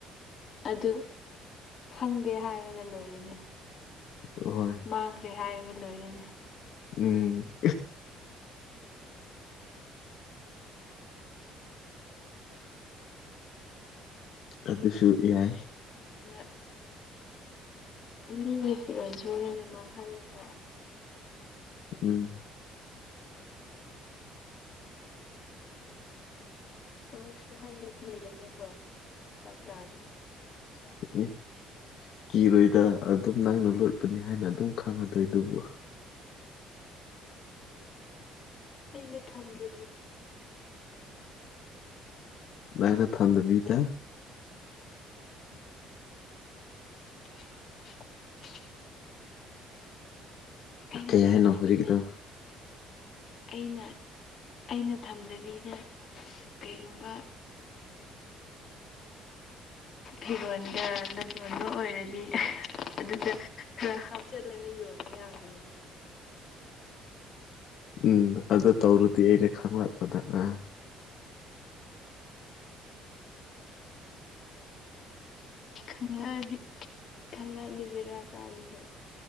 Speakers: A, on the left; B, on the left.
A: ꯑꯗꯨ ꯈꯪꯗꯦ ꯍꯥꯏꯔꯒ ꯂꯣꯏꯔꯦꯅꯦ
B: ꯍꯣꯏ
A: ꯃꯥꯡꯈ꯭ꯔꯦ ꯍꯥꯏꯔꯒ ꯂꯣꯏꯔꯦꯅꯦ
B: ꯎꯝ <inaudible> ꯑꯗꯨꯁꯨ ꯌꯥꯏ
A: ꯎꯝ ꯃꯤꯒꯤ ꯐꯤꯔꯣꯜ ꯁꯨꯔꯒ ꯃꯥꯡꯍꯜꯂꯒ
B: ꯎꯝ
A: ꯑꯃꯨꯛꯁꯨ ꯍꯟꯕ ꯀꯤꯗꯅꯀꯣ ꯐꯔꯨꯛ ꯇꯥꯅꯤ
B: <unintelligible> ꯀꯤꯔꯣꯏꯗ ꯑꯗꯨꯝ ꯅꯪꯅ ꯂꯣꯠꯄꯅꯤ ꯍꯥꯏꯅ ꯑꯗꯨꯝ ꯈꯪꯉꯗꯣꯏ ꯑꯗꯨꯕꯨ
A: ꯑꯩꯅ ꯊꯝꯖꯜꯂꯤ
B: ꯅꯪꯅ ꯊꯝꯗꯕꯤꯗ
A: <unintelligible> ꯑꯩꯅ
B: ꯀꯩ
A: ꯊꯝꯖꯕꯤꯗ
B: ꯍꯥꯏꯅꯣ ꯍꯧꯖꯤꯛꯗ
A: ꯑꯩꯅ ꯑꯩꯅ ꯊꯝꯗꯕꯤꯗ ꯀꯩꯒꯨꯝꯕ
B: ꯎ
A: ꯐꯤꯔꯣꯟꯗ ꯂꯂꯣꯟꯕ ꯑꯣꯏꯔꯗꯤ ꯑꯗꯨꯗ ꯈꯔ ꯍꯥꯞꯆꯜꯂꯒ ꯌꯣꯟꯂ ꯌꯥꯕꯅꯤꯅ
B: ꯎꯝ ꯑꯗꯨ ꯇꯧꯔꯨꯗꯤ ꯑꯩꯅ ꯈꯪꯂꯛꯄꯗ ꯑ
A: ꯈꯪꯑꯗꯤ ꯈꯪꯪꯂꯑꯗꯤ ꯕꯤꯔꯥ ꯀꯥꯅꯤꯍꯦ